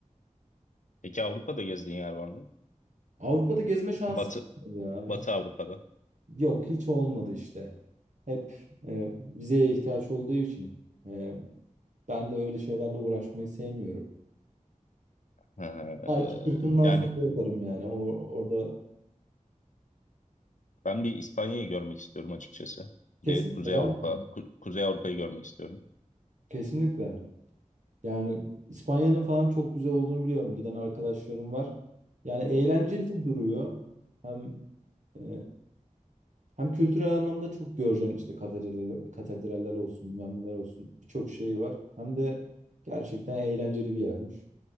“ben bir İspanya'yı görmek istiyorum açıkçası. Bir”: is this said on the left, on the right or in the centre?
Left